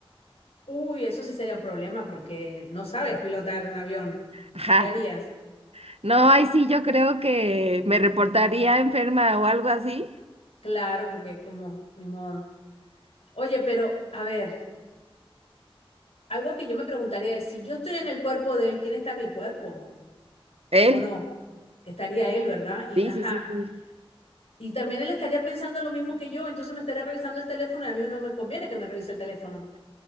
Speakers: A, on the left; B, on the right.
A: Uy, eso sí sería un problema porque no sabes pilotar un avión.
B: ajá,
A: ¿Qué harías?
B: no, ahí sí yo creo que me reportaría enferma o algo así,
A: Claro, porque como, ni modo. Oye, pero a ver, algo que yo me preguntaría es, si yo estoy en el cuerpo de él, ¿quién está en mi cuerpo?
B: él,
A: ¿O no? Estaría él, ¿verdad? Y
B: sí,
A: ajá.
B: sí, sí, sí.
A: Y también él estaría pensando lo mismo que yo, entonces me estaría revisando el teléfono y a mí no me conviene que me revise el teléfono.